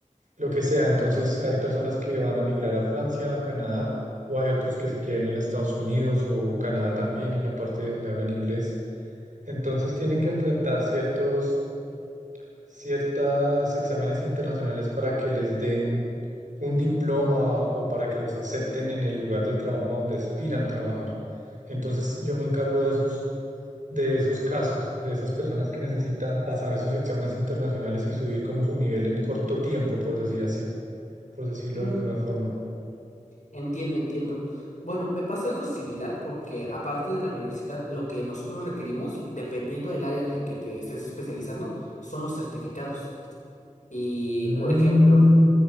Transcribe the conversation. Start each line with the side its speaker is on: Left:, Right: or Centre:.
Right: lo que sea. Entonces, hay personas que van a migrar a Francia, a Canadá, o hay otros que se quieren ir a Estados Unidos o Canadá también, en la parte de donde hablan inglés. Entonces, tienen que enfrentar ciertos, ciertos exámenes internacionales para que les den un diploma o para que los acepten en el lugar de trabajo donde aspiran trabajar. Entonces, yo me encargo de esos, de esos casos, de esas personas que necesitan pasar esos exámenes internacionales y subir como su nivel en corto tiempo, por decir así por decirlo
Left: Mm,
Right: de alguna forma.
Left: entiendo, entiendo. Bueno, me pasa algo similar porque aparte de la universidad, lo que nosotros requerimos, dependiendo del área en el que te estés especializando, son los certificados. Y,
Right: Mm,
Left: por ejemplo,